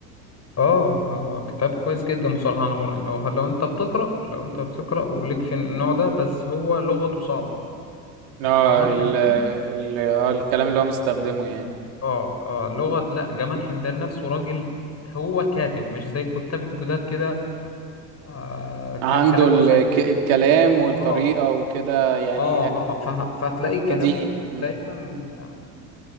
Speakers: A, on the left; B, on the right.
A: اه اه كتاب كويس جدا بصراحة أنا بر- لو لو أنت بتقرأ لو أنت بتقرأ وليك في النوع ده بس هو لغته صعبة يعني
B: اه
A: جمال
B: ال
A: حمدان
B: ال اه الكلام اللي هو مستخدمه يعني
A: اه اه لغة لا جمال حمدان نفسه راجل هو كاتب مش زي الكتاب الجداد كده آه ك-
B: عنده
A: كلامه
B: ال-
A: سهل
B: الك- الكلام والطريقة
A: اه
B: وكده يعني
A: اه اه فه- فهتلاقي كلامه
B: قديم مم.
A: دايما آه،